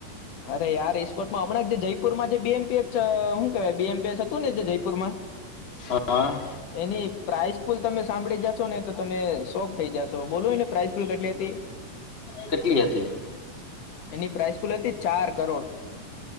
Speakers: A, on the left; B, on the left.
A: અરે યાર ઈ <inaudible> હમણા જે જયપુરમાં જે બીએમપીએચ હુ કેવાય બીએમપીએચ હતું ને જે જયપુરમાં
B: હા.
A: એની પ્રાાઈઝ પુલ તમે સાંભળી જાશો ને તો તમે શોક થઈ જા તો બોલુ એની પ્રાઇસ પુલ કેટલી હતી.
B: કેટલી હતી?
A: એની પ્રાઇસ પુલ હતી ચાર કરોડ.